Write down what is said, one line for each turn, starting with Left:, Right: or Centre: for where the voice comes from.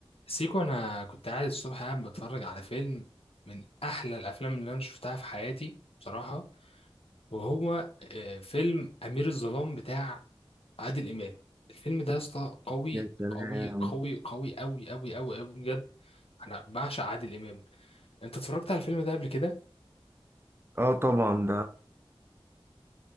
Left: سيكو انا كنت قاعد الصبح قاعد بتفرج على فيلم من احلى الافلام اللي انا شفتها في حياتي بصراحه وهو آه، فيلم امير الظلام بتاع عادل امام الفيلم ده يا اسطى قوي
Right: يا سلام
Left: قوي قوي قوي قوي قوي قوي قوي بجد انا بعشق عادل امام انت اتفرجت على الفيلم ده قبل كده
Right: اه طبعا ده